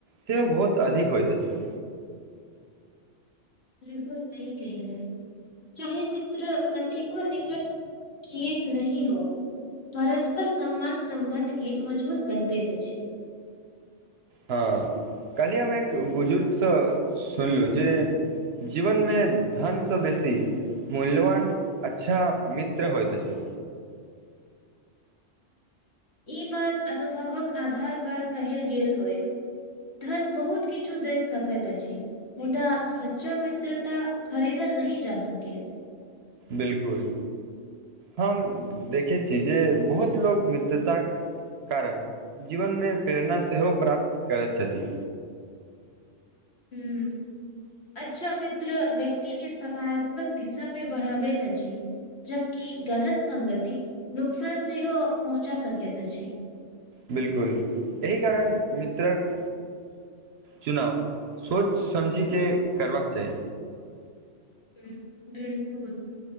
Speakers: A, on the right; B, on the left.
A: सेहो बहुत अधिक होइत अछि
B: बिलकुल सही कहेया चाहे मित्र कतेको निकट कियेक नहि हो परस्पर सम्मान सम्बन्ध के मजबूत बनबैत अछि
A: हँ कल्हि हम एक बुजुर्गसँ सुनलु जे जीवन में धनसँ बेसी मूल्यवान अच्छा मित्र होइत अछि
B: ई बात अनुभवक आधार पर कहल गेल होय धन बहुत किछु दैत सकैत अछि मुदा सच्चा मित्रता खरीदल नहि जा सकैत
A: बिलकुल हम देखै छी जे बहुत लोक मित्रता क कारण जीवनमे प्रेरणा सेहो प्राप्त करैत छथि
B: हूँ अच्छा मित्र व्यक्ति के सकारात्मक दिशा में बढ़ावैत अछि जबकि गलत सगति नुकसान सेहो पहुँचा सकैत अछि
A: बिल्कुल एहि कारण मित्रक चुनाव सोच समइझ के करबाक चाही
B: हं हुं बिल्कुल